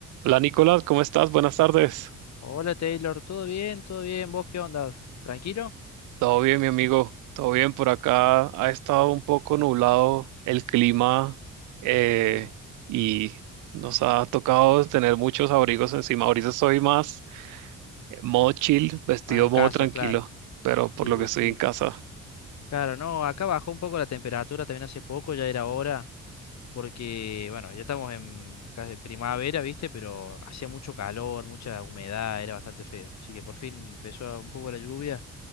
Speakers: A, on the right (about 80°); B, on the left (about 65°).
A: Hola Nicolás, ¿cómo estás? Buenas tardes.
B: Hola Taylor, ¿todo bien? ¿Todo bien? ¿Vos qué onda? ¿Tranquilo?
A: Todo bien, mi amigo. Todo bien por acá.
B: Ah,
A: Ha estado un poco nublado el clima eh,
B: Sí,
A: y nos ha tocado tener muchos abrigos encima. Ahorita estoy más eh, modo chill, vestido
B: más en casa,
A: modo tranquilo,
B: claro.
A: pero
B: Sí,
A: por lo que estoy
B: sí.
A: en casa.
B: Claro, no, acá bajó un poco la temperatura también hace poco, ya era hora, porque, bueno, ya estamos en casi primavera, ¿viste? Pero hacía mucho calor, mucha humedad, era bastante feo. Así que por fin empezó un poco la lluvia,